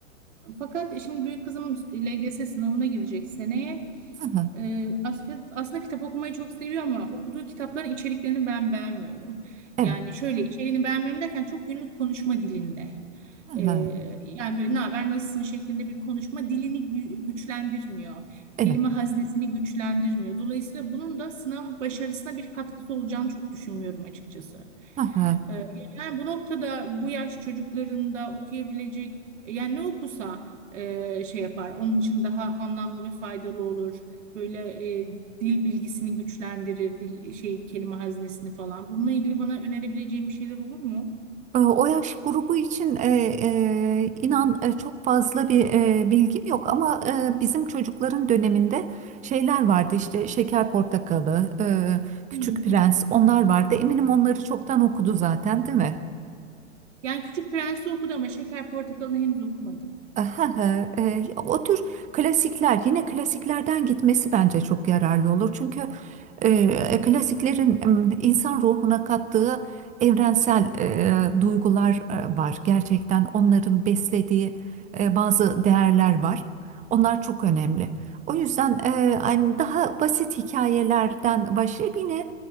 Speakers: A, on the right; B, on the right.
A: fakat şimdi büyük kızım LGS sınavına girecek seneye.
B: hı hı.
A: Ee, aslında, aslında kitap okumayı çok seviyor ama okuduğu kitapların içeriklerini ben beğenmiyorum.
B: Evet.
A: Yani şöyle içeriğini beğenmiyorum derken çok günlük konuşma dilinde.
B: Hı
A: Ee,
B: hı,
A: yani böyle ne haber nasılsın şeklinde bir konuşma dilini gü- güçlendirmiyor.
B: Evet.
A: Kelime haznesini güçlendirmiyor. Dolayısıyla bunun da sınav başarısına bir katkısı olacağını çok düşünmüyorum açıkçası.
B: Hı hı.
A: Ee, yani bu noktada bu yaş çocuklarında okuyabilecek e, yani ne okusa e, şey yapar. Onun için daha anlamlı ve faydalı olur. Böyle e, dil bilgisini güçlendirir, dil şey kelime haznesini falan. Bununla ilgili bana önerebileceğim bir şeyler olur mu?
B: E, O yaş grubu için e, e, inan e, çok fazla bir e, bilgim yok ama e, bizim çocukların döneminde şeyler vardı işte Şeker Portakalı, e, Küçük
A: Hmm.
B: Prens onlar vardı. Eminim onları çoktan okudu zaten değil mi?
A: Yani Küçük Prens'i okudu ama Şeker Portakalı'nı henüz okumadık.
B: Aha, e, o tür klasikler yine klasiklerden gitmesi bence çok yararlı olur. Çünkü e, e, klasiklerin m, insan ruhuna kattığı evrensel e, duygular e, var. Gerçekten onların beslediği e, bazı değerler var. Onlar çok önemli. O yüzden e, hani daha basit hikayelerden başlayıp yine